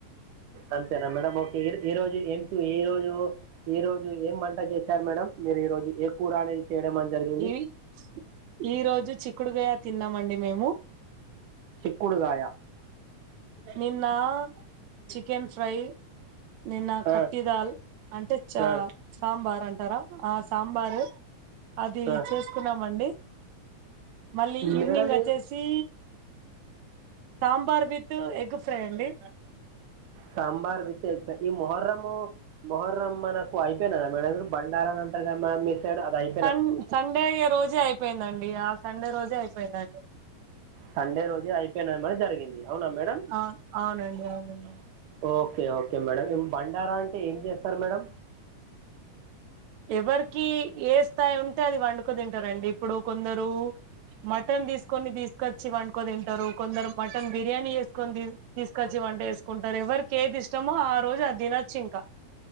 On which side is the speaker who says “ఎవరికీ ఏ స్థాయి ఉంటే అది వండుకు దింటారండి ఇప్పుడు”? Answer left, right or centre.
Right